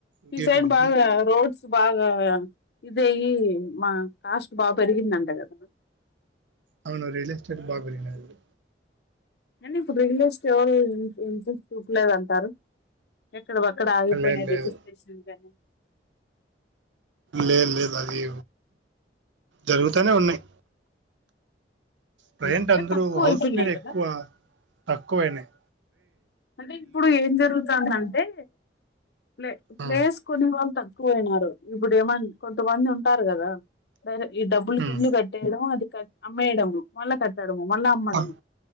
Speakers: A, on the right (about 85°); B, on the left (about 65°).
A: ఇంకేంటి
B: మీ సైడ్
A: బుజ్జి
B: బాగా రోడ్ బాగా ఇదేయి మా కాస్ట్ బాగా పెరిగిందంట కదా
A: అవును రియల్ ఎస్టేట్ బాగా పెరిగినది
B: నిను ఇప్పుడు ఉండే స్టొరు ఇంట్రెస్ట్ <unintelligible> చూపలేదంటారు ఎక్కడవి ఒక్కడ ఆగిపోయిన
A: లేదు లేదు
B: రిజిస్ట్రేషన్ అన్నీ
A: లేదు లేదు అవి జరుగుతానే ఉన్నాయి ప్రజెంట్
B: అంటే
A: అందరు
B: తక్కువ
A: హౌస్
B: అయిపోయినాయి
A: మీద
B: కదా
A: ఎక్కువ తక్కువైనాయి
B: అంటే ఇప్పుడు ఏం జరుగుతాంది అంటే ప్లే ప్లేస్
A: ఉమ్,
B: కొని వళ్త క్కుయినారు ఇప్పుడు ఏమన్నా కొంతమంది ఉంటారు కదా సరే ఈ డబ్బులు కి
A: ఉమ్.
B: ఇల్లు కట్టేయడమ అది అమ్మేయడమ మళ్ళ కట్టాల్ కొనడం అమ్మడం
A: అ-